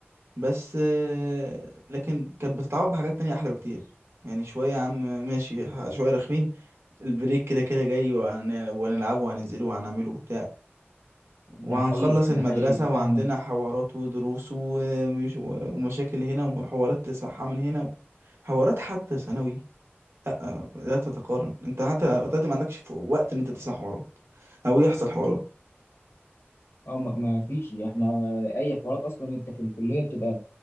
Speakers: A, on the right (about 80°); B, on the left (about 70°).
A: بس آه، لكن كانت بتتعوض بحاجات تانية أحلى بكتير يعني شوية يا عم ماشي ح- شوية رخمين البريك كده كده جاي وهن- وهنلعبه وهننزله وهنعمله وبتاع
B: ده
A: وهنخلص
B: حقيقي ده
A: المدرسة
B: حقيقي فاهمك
A: وعندنا حوارات ودروس ومش ومشاكل هنا وحوارات تسمعها من هنا حوارات حتى ثانوي لا لا تتقارن انت حتى دلوقتي ما عندكش ف- وقت ان انت تسمع حوارات او يحصل حوارات
B: اه ما ما فيش احنا اي حوارات اصلا انت في الكليه بتبقى